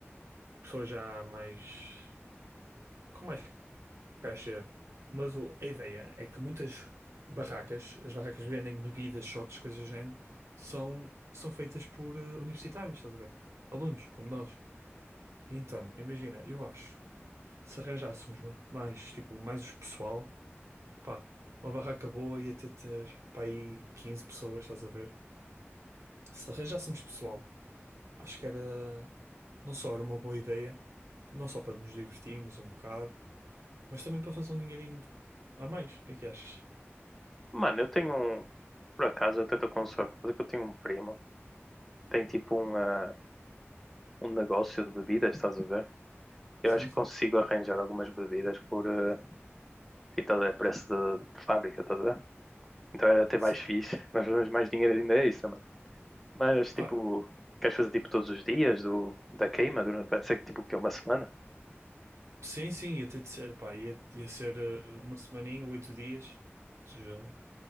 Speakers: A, on the right; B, in the centre.
A: pessoas já mais com mais caixa. Mas o- a ideia é que muitas barracas, as barracas que vendem bebidas, shots, coisas do género, são, são feitas por eh, universitários, estás a ver? Alunos, como nós. Então, imagina, eu acho, se arranjássemos mais, tipo, mais os pessoal, pá, uma barraca boa ia ter, ter pá, aí 15 pessoas, estás a ver? Se arranjássemos pessoal, acho que era, não só era uma boa ideia, não só para nos divertirmos um bocado, mas também para fazer um dinheirinho a mais. O que é que achas?
B: Mano, eu tenho um. Por acaso, eu até estou com sorte, por causa que eu tenho um primo. Tem tipo um, ah, um negócio de bebidas, estás a ver? Eu
A: Sim,
B: acho que
A: sim.
B: consigo arranjar algumas bebidas por, ah, tipo, estás a ver, preço de, de fábrica, estás a ver? Então era até
A: Sim,
B: mais fixe. Nós fazemos mais dinheiro ainda extra, Mas tipo,
A: pá,
B: queres fazer tipo todos os dias do, da queima durante, vai ser tipo que é uma semana?
A: sim, sim, ia ter de ser, pá, ia, ia ser eh, uma semaninha, oito dias, ou seja,